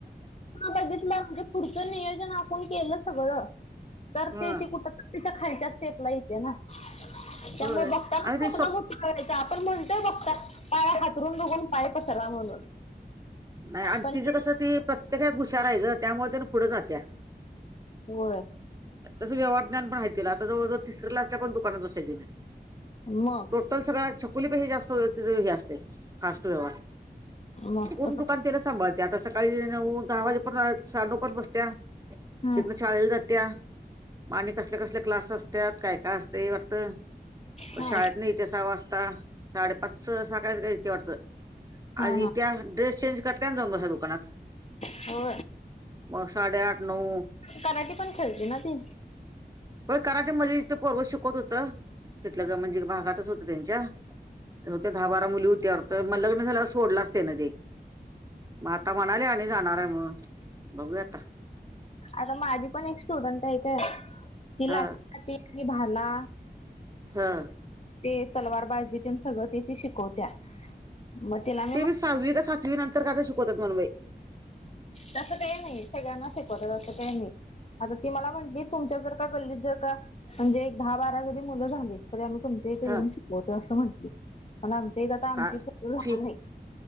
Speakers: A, on the left; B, on the right.
A: बघितलं म्हणजे पुढचं नियोजन आपण केलं सगळं तर
B: हा.
A: ते त कुठ तिच्या खालच्या स्टेपला येते ना त्यामुळे
B: होय अग
A: बघताना
B: ते
A: स्वप्न
B: सोप
A: करायच आपण म्हणतोय बघता पाया हातरून बघून पाय पसरवा म्हणून
B: नाही आणि
A: पण
B: तिचं
A: ते
B: कसं ती प्रत्येकाात हुशार आहे ग त्यामुळे त्या पुढं जात्या
A: हो
B: त्याचं व्यवहार ज्ञान पण आहे तिला जवळव तिसऱ्या ला असल्या पण दुकानात बसय
A: मग
B: तो तर सगळ्या चछकुली पै जास्त हे असते फास्ट व्यवहार
A: मग
B: कोण
A: तस
B: दुकान तरा सांभत त्या आता सकाळी नऊ दहा वाजे पण साडे नऊ पण बसत्या
A: हा
B: तिथन शाळेला जात्या आणि कसले कसले क्लास असत्यात काय काय असते वरत
A: हा
B: शाळेत नाही तसहा वाजता साडे पाच स सगळ्या गैते वाटतं
A: हा
B: आणि
A: हा
B: त्या ड्रेस चेंज करताय आण जाऊन बसत्यात दुकानात.
A: हो.
B: मग साडेआठ नऊ
A: कराट पण खेळते ना ती
B: हो कराटेमध्येध्ये इथ पर्व शिकवत होत तिथलं म्हणजे भागातच होत त्यांच्या त्या दहा बारा मुली होती अर्थ मग लग्न झाल्या सोडला असते ना ते माता म्हले आणि जाणार आहे म्हणून बघूया आता
A: आता माझी पण एक स्टुडंट आहे काय ती
B: ह
A: लाट लाटी भाला
B: हा.
A: ते तलवार बाजीतील सगळं तेथे शिकवत्या. म ला
B: ते मी सहावी का सातवी नंतर का ते शिकवतात मनबई
A: तसं ते नाही सगळ्यांना शिकवत तसं ते नाही. आता ती मला म्हटली तुमच्या जर का गल्लीत जर का म्हणजे एक दहा बारा जरी मुलं झाली. तरी आम्ही तुमच्या इथे
B: ह
A: येऊन शिकवतो असं म्हटली पण आमच्या इथे आता आमची
B: का
A: प लहान
B: फी
A: नाहीत.